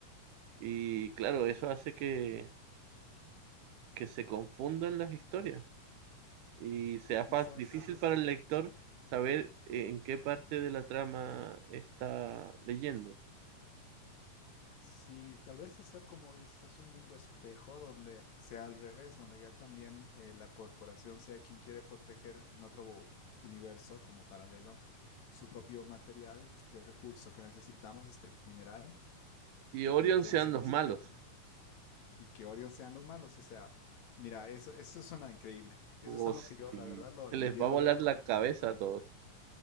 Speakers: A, on the right; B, on the left.
A: Y claro, eso hace que, que se confundan las historias y sea
B: Quizás,
A: fácil, difícil para el lector saber eh, en qué parte de la trama está leyendo.
B: sí, tal vez hacer como dices, un mundo espejo donde sea al revés, donde ya también eh, la corporación sea quien quiere proteger en otro universo como paralelo su propio material, este recurso que necesitamos, este mineral
A: Y
B: de
A: Orion
B: que
A: sean
B: se lo
A: los
B: quiten
A: malos.
B: y que Orion sean los malos. O sea, mira, eso, eso suena increíble. Eso es
A: O
B: algo
A: si
B: que yo, la verdad,
A: se
B: lo, yo
A: les va
B: lo
A: a
B: veo
A: volar
B: como
A: la
B: para
A: cabeza
B: película.
A: a todos.